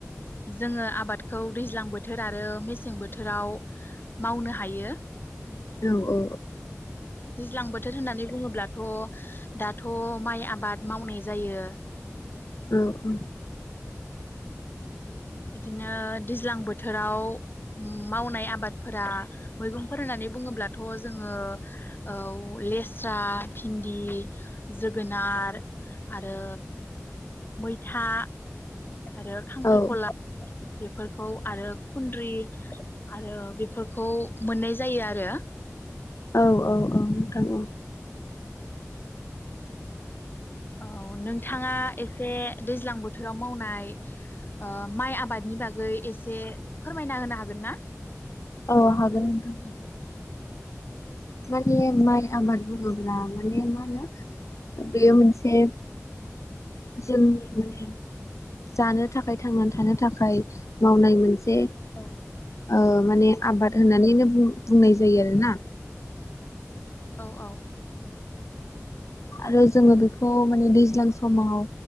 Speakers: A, on the left; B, on the left.
A: जोङो आबादखौ दैज्लां बोथोर आरो मेसें बोथोराव मावनो हायो।
B: औ औ
A: दैज्लां बोथोर होननानै बुङोब्ला थ' दाथ' माइ आबाद मावनाय जायो।
B: उम उम।
A: बिदिनो दैज्लां बोथोराव ओम मावनाय आबादफोरा मैगंफोर होननानै बुङोब्लाथ' जोङो औ लेस्रा, भिन्दि, जोगोनार आरो मैथा आरो खांख्रिखला
B: औ
A: बे फोरखौ आरो खुन्द्रि आरो बेफोरखौ मोननाय जायो आरो।
B: औ औ औ नोंथां औ।
A: औ नोंथाङा एसे दैज्लां बोथोराव मावनाय ओ माइ आबादनि बागै एसे फोरमायना होनो हागोन ना?
B: औ हागोन नोंथां। माने माइ आबाद बुङोब्ला माने मा होनो बेयो मोनसे जोंनि माने जानो थाखाय थांनानै थानो थाखाय मावनाय मोनसे से
A: औ
B: ओ माने आबाद होनानैनो बु-बुंनाय जायो आरोना। <inaudible>
A: औ औ।
B: आरो जोङो बेखौ माने दैज्लां समाव